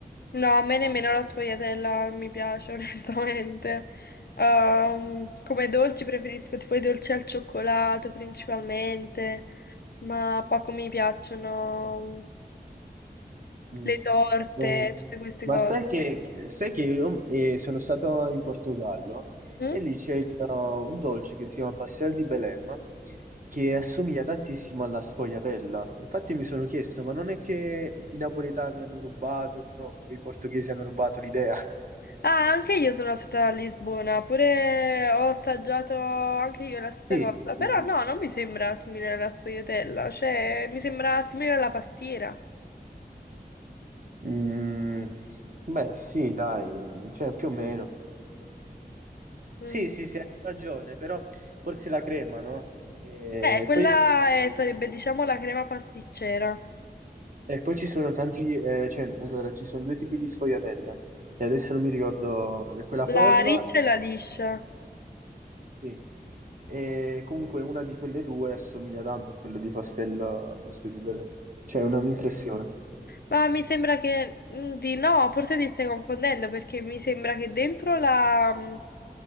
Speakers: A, on the left; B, on the right.
A: No, a me nemmeno la sfogliatella mi piace, <laughs> onestamente. Ehm,
B: <laughs>
A: come dolci preferisco tipo i dolci al cioccolato principalmente, ma poco mi piacciono mm,
B: Mm.
A: le torte,
B: Eh,
A: tutte queste
B: ma
A: cose.
B: sai che, sai che io eh, sono stato in Portogallo
A: Mm?
B: e lì c'è il- un dolce che si chiama pastel di Belém che assomiglia tantissimo alla sfogliatella. Infatti mi sono chiesto, ma non è che i napoletani hanno rubato o i portoghesi hanno rubato l'idea? <laughs>
A: Ah, anche io sono stata a Lisbona, pure ho assaggiato anche io la stessa
B: Sì,
A: cosa,
B: sì,
A: però
B: sì. sì.
A: no, non mi sembra simile alla sfogliatella, cioè mi sembra simile alla pastiera.
B: Mm, beh, sì, dai, cioè più o meno.
A: Mm.
B: Sì, sì, sì, hai ragione, però forse la crema, no? E
A: Eh, quella
B: poi
A: è- sarebbe diciamo la crema pasticcera.
B: E poi ci sono tanti, eh, cioè, allora, ci sono due tipi di sfogliatelle, che adesso non mi ricordo, quella frolla,
A: La riccia e la liscia.
B: sì. E comunque una di quelle due assomiglia tanto a quella di Pastello, Pastello di Belè. Cioè,
A: Mm.
B: è una mia impressione.
A: Ma mi sembra che mm, di no, forse ti stai confondendo perché mi sembra che dentro la, mm,